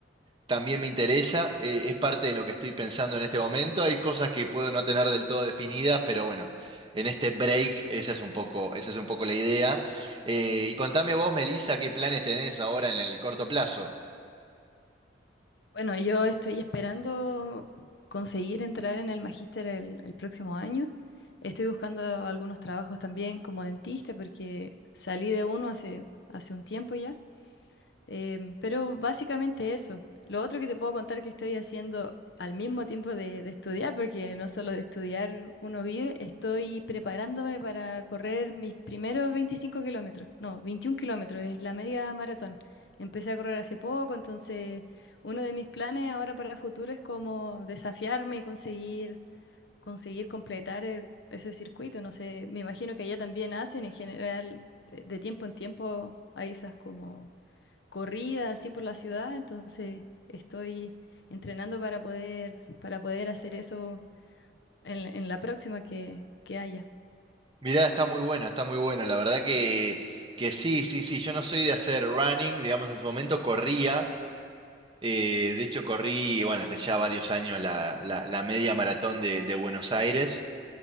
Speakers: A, on the right (about 25°); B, on the left (about 65°).
A: también me interesa, eh, es parte de lo que estoy pensando en este momento. Hay cosas que puedo no tener del todo definidas, pero bueno, en este break esa es un poco, esa es un poco la idea. Eh, y contame vos, Melissa, qué planes tenés ahora en el corto plazo.
B: Bueno, yo estoy esperando conseguir entrar en el magíster el, el próximo año. Estoy buscando algunos trabajos también como dentista porque salí de uno hace, hace un tiempo ya Em, pero básicamente eso. Lo otro que te puedo contar que estoy haciendo al mismo tiempo de, de estudiar, porque no solo de estudiar uno vive, estoy preparándome para correr mis primeros 25 kilómetros. No, 21 kilómetros, es la media maratón. Empecé a correr hace poco, entonces uno de mis planes ahora para el futuro es como desafiarme y conseguir, conseguir completar eh, ese circuito. No sé, me imagino que allá también hacen en general, de de tiempo en tiempo hay esas como corrida así por la ciudad, entonces estoy entrenando para poder, para poder hacer eso en, en la próxima que, que haya.
A: Mirá, está muy bueno, está muy bueno. La verdad que, que sí, sí, sí. Yo no soy de hacer running, digamos, en su momento corría. eh, de hecho, corrí, bueno, hace ya varios años la, la- la media maratón de de Buenos Aires